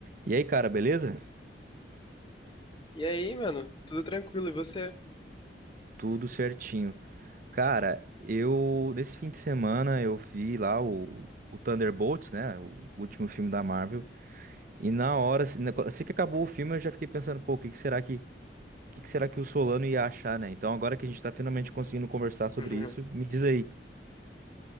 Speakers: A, on the right; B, on the left.
A: E aí, cara, beleza?
B: E aí, mano? Tudo tranquilo, e você?
A: Tudo certinho. Cara, eu nesse fim de semana eu vi lá o, o Thunderbolts, né? O último filme da Marvel. E na hora, assim na- assim que acabou o filme, eu já fiquei pensando, pô, o que que será que, o que que será que o Solano ia achar, né? Então agora que a gente tá finalmente conseguindo conversar sobre
B: <laughs>
A: isso, me diz aí.